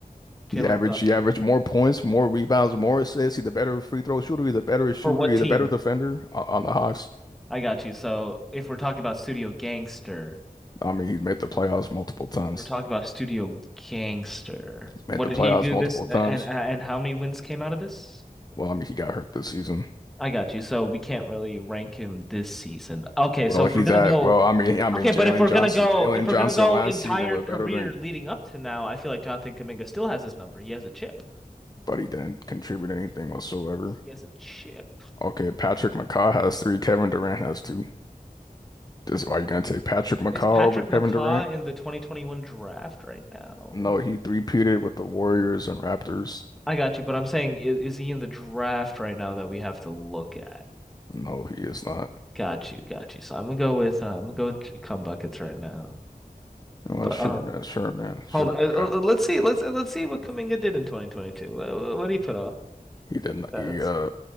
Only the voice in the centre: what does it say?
Jalen's
up.
For what
team?
I got you. So if we're talking about Studio Gangster,
If we're talking about Studio Gangster,
what
did
he do
this and
and how many wins came out of this?
I got you. So we can't really rank him this season. Okay,
so if
we're gonna
go,
okay,
but if we're
gonna go,
if we're
gonna go
entire
career
leading up to now, I feel like Jonathan Kuminga still has his number. He has a chip.
He has a chip.
Is Patrick
McCaw
in the 2021 draft right now?
I got you, but I'm saying is, is he in the draft right now that we have to look at?
Got you, got you. So I'm gonna go with uh, I'm gonna go with J- cum buckets right now.
But
uh,
hold on.
Uh, uh,
uh, let's see. Let's uh, let's see what Kuminga did in 2022. What, what did he put off?
That's